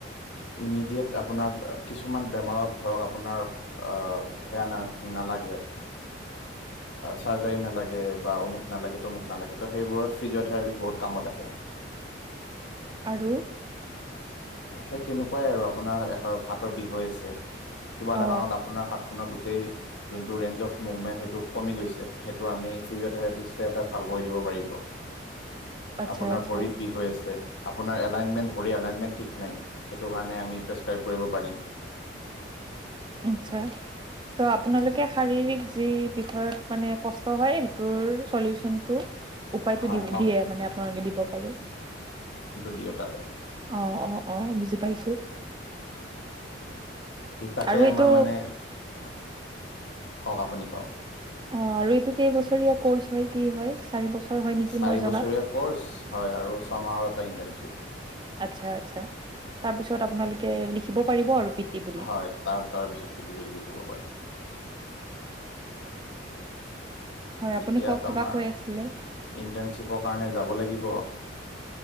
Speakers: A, on the left; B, on the right.
A: ইমিডিয়েট আপোনাৰ কিছুমান বেমাৰত ধৰক আপোনাৰ- অঁ <unintelligible> নালাগে। চাৰ্জাৰী নালাগে বা অমুক নালাগে, তমুক নালাগে, ত' সেইবোৰত ফিজিঅথেৰাপী বহুত কামত আহে।
B: আৰু?
A: সেই তেনেকুৱাই আৰু আপোনাৰ হাতৰ বিষ হৈ আছে। কিবা এটা
B: অ
A: কাৰণত আপোনাৰ হাত খনৰ গোটেই- যোনটো ৰেঞ্জ অফ মুভমেন্ট সেইটো কমি গৈছে সেইটো আমি ফিজিঅথেৰাপিষ্ট এটা ভাল কৰি দিব পাৰিব।
B: <unintelligible> আচ্ছা
A: আপোনাৰ
B: আচ্ছা
A: ভৰিত বিষ হৈ আছে, আপোনাৰ এলাইনমেণ্ট ভৰি এলাইনমেণ্ট- ঠিক নাই সেইটো কাৰণে আমি প্ৰেছক্ৰাইব কৰিব পাৰিম।
B: আচ্ছা। ত' আপোনালোকে শাৰীৰিক যি বিষয়ত মানে কষ্ট হয় সেইটোৰ চলিউচনটো- উপায়টো
A: হয়
B: দি
A: হ
B: দিয়ে মানে আপোনালোকে দিব পাৰে।
A: দিও তাতে।
B: অহ'-অহ'-অহ' বুজি পাইছো।
A: ই তাকে
B: আৰু
A: আমাৰ
B: এইটো
A: মানে, কওক আপুনি কওক?
B: অঁ আৰু এইটো কেইবছৰীয়া কৰ্চ হয় কি হয়, চাৰি বছৰ- হয় নেকি
A: চাৰি
B: মই জনাত
A: বছৰীয়া কৰ্চ হয় আৰু ছয়মাহৰ এটা ইণ্টাৰ্ণশ্বিপ।
B: আচ্ছা-আচ্ছা' তাৰপিছত আপোনালোকে লিখিব পাৰিব আৰু- টি বুলি
A: হয় তাৰ তাৰ পিছত <unintelligible> লিখিব পাৰিম।
B: হয় আপুনি
A: এতিয়া
B: কওক কিবা
A: আমাৰ
B: কৈ আছিলে
A: ইণ্টাৰ্ণশ্বিপৰ কাৰণে যাব লাগিব।